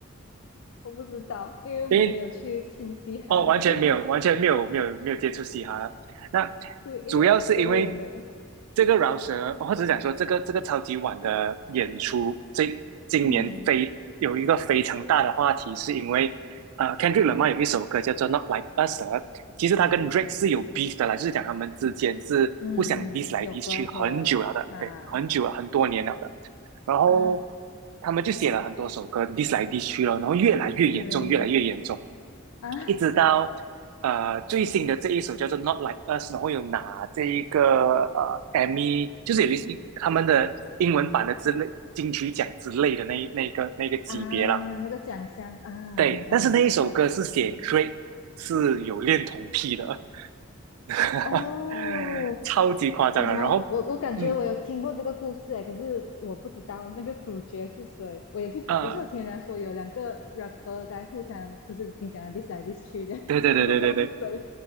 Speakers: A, on the left (about 70°); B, on the right (about 85°).
A: 我不知道，因为我没有去听嘻哈的歌，
B: 因为哦，完全没有，
A: <laughs>
B: 完全没有，没有，没有接触嘻哈了。那
A: 对，因为对对我没有，
B: 主要是因为这个饶舌，或者讲说这个这个超级碗的演出，这今年非有一个非常大的话题，
A: 嗯
B: 是因为呃，Kendrick Lamar 有一首歌叫做《Not Like Us》，其实他跟 Drake 是有 beef 的啦，就是讲他们之间是互相
A: 嗯，
B: diss 来
A: 有隔阂啊
B: diss 去很久了的，对，很久了，很多年了的。然后
A: 啊，
B: 他们就写了很多首歌 diss 来 diss 去了，然后越来越严重，
A: 对
B: 越来越严重。
A: 啊。
B: 一直到呃最新的这一首叫做《Not Like Us》，然后有拿这一个呃 e m m 就是有一他们的英文版的之类金曲奖之类的那那个那个级别啦。
A: 啊，那个奖项啊，
B: 对，
A: 明白明白。
B: 但是那一首歌是写 Drake 是有恋童癖的，<laughs>
A: 哦，
B: 超级夸张啊！
A: 我怎么我我感觉我有听过这个故事诶，
B: 然后嗯
A: 可是我不知道那个主角是谁。我也是，
B: 啊、
A: 我是有听人家说有两个
B: 呃
A: rapper 在互相，就是你讲的 diss 来 diss 去这样，
B: 对对对对对对，
A: 可是我不知道是谁。